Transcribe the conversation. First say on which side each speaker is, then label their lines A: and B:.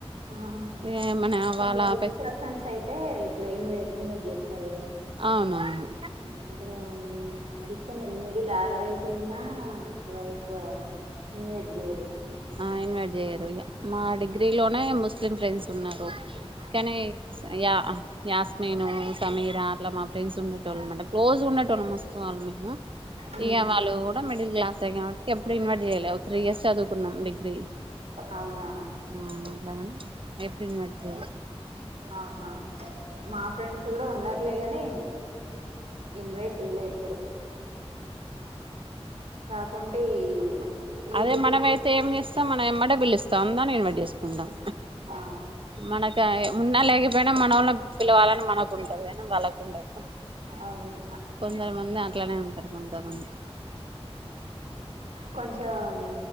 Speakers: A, on the right; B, on the right.
A: ఆ
B: ఏమనా
A: <inaudible>
B: వాళ్ళ ఫెస్
A: పర్సన్స్ అయితే ఇట్లా ఇన్వ ఇన్వైట్ చేస్ టరు గదా
B: అవునవును
A: <inaudible> డిపెండై మిడిల్ ఆవరేజ్ చున్నా అట్లా ఎక్కువ ఇన్వైట్ చెయ్యరు
B: ఆ ఇన్వైట్ చెయ్యరు ఇగ మా
A: ఉమ్,
B: డిగ్రీ లోనే ముస్ స్లిం ఫ్రెండ్స్ ఉన్నారు కనీ యా యాస్మిను సమీరా అట్లా మా ఫ్రెండ్స్ ఉండెటోళ్ళు అనమాట క్లోజ్ ఉండెటోళ్ళం మస్తు వాళ్ళు మే ము
A: ఉమ్,
B: ఇగ వాళ్ళు కూడా మిడిల్ క్లాసే కాబట్టి ఎప్పుడు ఇన్వైట్ చెయ్ లా త్రీ ఇయర్స్ చదువు కున్నాం డిగ్రీ
A: అవునా
B: ఆ అట్లాగానే ఏప్రిల్ మిడ్త్
A: ఆహా మా ఫ్రెండ్స్ కూడా ఉన్నారులేగాని ఇన్వైట్ చెయ్ లే ఎప్పుడు కాక్ కొంటే ఈ యూట్యూబ్
B: అదే మనం అయితే ఏం చేస్తాం మ మ యమ్మటే పిలుస్తాం దాన్నే ఇన్వైట్ చేస్ కుంటాం
A: ఆ
B: మనకా ఉన్నా లేకపోయినా మనోళ్ళని పిలవాలని మనకుంటది కానీ వాళ్ళకుండదు
A: అవును
B: కొందరుమంది అట్లానే ఉంటారు కొంతమంది
A: కొంచం